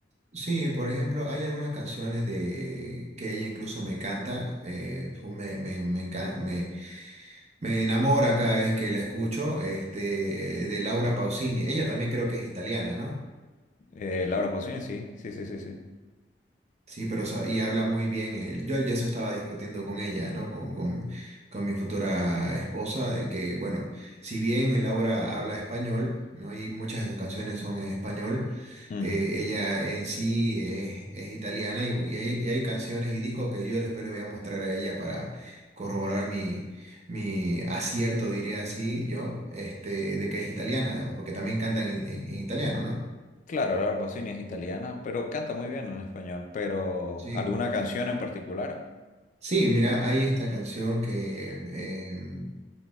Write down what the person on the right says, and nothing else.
sí, por ejemplo, hay algunas canciones de que ella incluso me canta, eh, fu- me, me, me, enca- me- Me enamora cada vez que la escucho, este, de Laura Pausini. Ella también creo que es italiana, ¿no?
Sí, pero sa- y habla muy bien él. Yo ya eso estaba discutiendo con ella, ¿no? Con, con, con mi futura esposa, de que, bueno, si bien Laura habla español, ¿no? Y muchas de sus canciones son en español,
eh, ella en sí es, es italiana y, y hay, y hay canciones y discos que yo después le voy a mostrar a ella para corroborar mi, mi acierto, diría así yo, este, de que es italiana, digamos, porque también canta en, en en italiano, ¿no?
Sí.
Sí, mira, hay esta canción que, em,